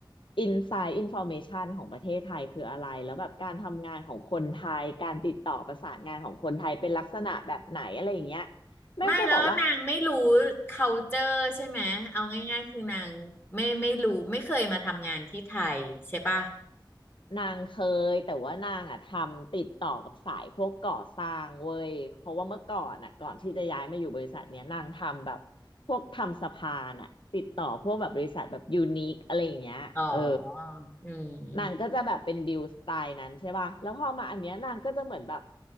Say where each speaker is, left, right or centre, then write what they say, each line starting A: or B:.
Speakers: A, on the left; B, on the left.
A: อินไซด์อินฟอร์เมชันของประเทศไทยคืออะไรแล้วแบบการทำงานของคนไทยการติดต่อประสานงานของคนไทยเป็นลักษณะแบบไหนอะไรอย่างเงี้ยแม่งก็บอกว่า
B: ไม่แล้วนางไม่รู้ culture ใช่ไหมเอาง่ายๆคือนางไม่ไม่รู้ไม่เคยมาทำงานที่ไทยใช่ปะ
A: นางเคยแต่ว่านางอ่ะทำติดต่อกับสายพวกก่อสร้างเว้ยเพราะว่าเมื่อก่อนอ่ะก่อนที่จะย้ายมาอยู่บริษัทเนี้ยนางทำแบบพวกทำสะพานอ่ะติดต่อพวกแบบบริษัทแบบยูนิคอะไรอย่างเงี้ยเออ
B: อ๋ออืม
A: นางก็จะแบบเป็นดิวสไตล์นั้นใช่ป่ะแล้วพอมาอันเนี้ยนางก็จะเหมือนแบบ